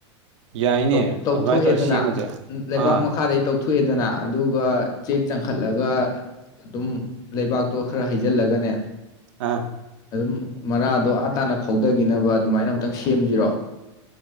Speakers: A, on the right (about 80°); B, on the left (about 25°).
A: ꯌꯥꯏꯅꯦ
B: ꯇꯧ ꯇꯧꯊꯣꯛꯑꯦꯗꯅ
A: ꯑꯗꯨꯃꯥꯏꯅ ꯇꯧꯔ ꯁꯦꯝꯃꯁꯦ
B: ꯂꯩꯕꯥꯛ
A: ꯑꯥ
B: ꯃꯈꯥꯗꯩ ꯇꯧꯊꯣꯛꯑꯦꯗꯅ ꯑꯗꯨꯒ ꯆꯦꯛ ꯆꯪꯈꯠꯂꯒ ꯑꯗꯨꯝ ꯂꯩꯕꯥꯛꯇꯣ ꯈꯔ ꯍꯩꯖꯤꯜꯂꯒꯅꯦ
A: ꯍꯥ
B: ꯑꯗꯨꯝ ꯃꯔꯥꯗꯣ ꯑꯥ ꯇꯥꯅ ꯐꯧꯗꯈꯤꯅꯕ ꯑꯗꯨꯃꯥꯏꯅ ꯑꯃꯨꯛꯇꯪ ꯁꯦꯝꯁꯤꯔꯣ